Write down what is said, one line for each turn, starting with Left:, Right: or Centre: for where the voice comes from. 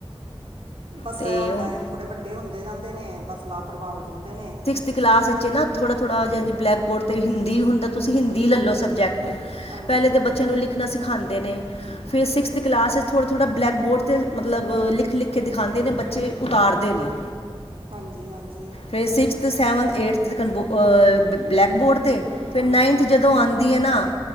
Right: ਬੱਸ
Left: ਤੇ
Right: ਐ ਹੁੰਦੈ
Left: ਹੁਣ
Right: ਥੋੜੇ ਵੱਡੇ ਹੁੰਦੇ ਜਾਂਦੇ ਨੇ ਬੱਸ ਲਾਪਰਵਾਹ ਹੋ ਜਾਂਦੇ ਨੇ।
Left: ਤੇ ਕਲਾਸ ਵਿੱਚ ਨਾ ਥੋੜ੍ਹਾ-ਥੋੜ੍ਹਾ ਜ ਬਲੈਕ ਬੋਰਡ ਤੇ ਹਿੰਦੀ ਵੀ ਹੁੰਦਾ ਤੁਸੀ ਹਿੰਦੀ ਲੈਲੋ ਸਬਜੈਕਟ।
Right: ਹਾਂਜੀ
Left: ਪੈਲੇ ਤੇ ਬੱਚਿਆਂ ਨੂੰ ਲਿਖਣਾ ਸਿਖਾਂਦੇ ਨੇ। ਫਿਰ ਸਿਕਸਥ ਕਲਾਸ ਥੋੜ੍ਹਾ-ਥੌੜ੍ਹਾ ਬਲੈਕ ਬੋਰਡ ਤੇ ਮਤਲਬ ਲਿਖ-ਲਿਖ ਕੇ ਦਿਖਾਂਂਦੇ ਨੇ ਬੱਚੇ ਉਤਾਰਦੇ ਨੇ।
Right: ਹਾਂਜੀ-ਹਾਂਜੀ।
Left: ਫੇਰ ਸਿਕਸਥ, ਸੈਵਨਥ, ਏਟਥ ਕੰ ਅ ਬਲੈਕ ਬੋਰਡ ਤੇ ਫਿਰ
Right: ਹਾਂਜੀ
Left: ਨਾਈਨਥ ਜ ਦੋਂ ਆਂਦੀ ਐ ਨਾ